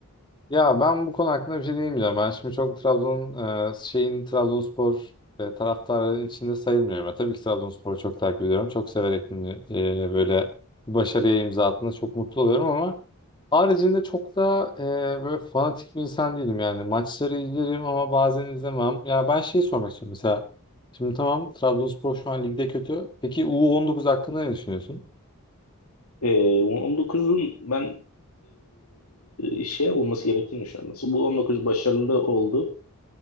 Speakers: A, on the left; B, on the left.
A: Ya ben bu konu hakkında bir şey diyemeyeceğim. Ben şimdi çok Trabzon e, şeyin Trabzonspor e, taraftarı içinde sayılmıyorum. Ben tabii ki Trabzonspor'u çok takip ediyorum. Çok severek dinli- e, böyle başarıya imza attığında çok mutlu oluyorum ama Haricinde çok da e, böyle fanatik bir insan değilim yani. Maçları izlerim ama bazen izlemem. Ya ben şey sormak istiyorum mesela. Şimdi tamam Trabzonspor şu an ligde kötü. Peki U19 hakkında ne düşünüyorsun?
B: E, 19'un ben e, şey olması gerektiğini düşünüyorum. Mesela bu 19 başarılı oldu.